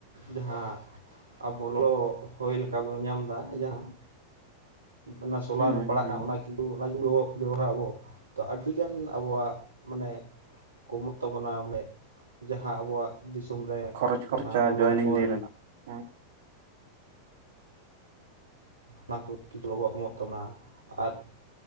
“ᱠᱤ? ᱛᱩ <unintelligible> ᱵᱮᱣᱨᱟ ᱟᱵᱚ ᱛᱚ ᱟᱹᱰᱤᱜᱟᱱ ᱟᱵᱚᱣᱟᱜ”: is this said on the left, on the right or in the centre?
Right